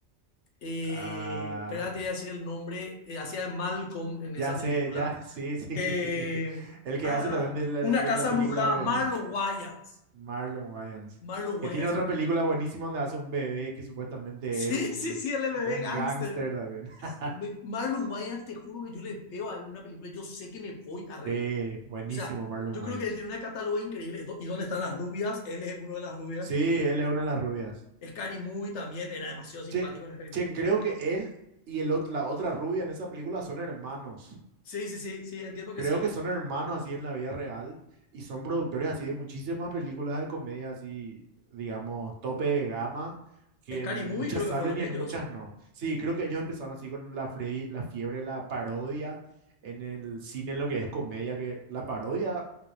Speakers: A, on the left; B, on the right.
A: Eh,
B: Ah,
A: espera, te voy a decir el nombre. eh, hacía de Malcolm en esa
B: ya
A: película.
B: sé, ya, sí, sí.
A: Eh,
B: <laughs> El que
A: ah,
B: hace también de la,
A: Una
B: de
A: casa
B: la película
A: embrujada.
B: del bebé,
A: Marlon Wayans.
B: Marlon Wayans,
A: Marlon
B: que
A: Wayans
B: tiene otra película buenísima donde hace un bebé que supuestamente
A: Sí,
B: es un,
A: sí, sí, él es el bebé
B: un
A: gángster.
B: gángster también. <laughs>
A: Me- Marlon Wayans, te juro que yo le veo a él en una película, yo sé que me voy a reír.
B: Sí, buenísimo
A: O sea,
B: Marlon
A: yo
B: Wayans.
A: creo que él tiene una catálogo increíble. Do- ¿Y dónde están las rubias? Él es uno de las rubias.
B: Sí, él es una de las rubias.
A: Scary Movie también, era demasiado simpático
B: Che,
A: en Scary Movie.
B: che, creo que él y el, ot- la otra rubia en esa película son hermanos.
A: Sí, sí, sí, sí, entiendo que
B: Creo
A: sí.
B: que son hermanos así en la vida real y son productores así de muchísimas películas de comedia así, digamos, tope de gama, que
A: Scary
B: en muchas
A: Movie creo
B: salen
A: que fueron
B: y
A: ellos,
B: en muchas no. Sí, creo que ellos empezaron así con la, fre- la fiebre, de la parodia en el cine, en lo que es comedia, que la parodia,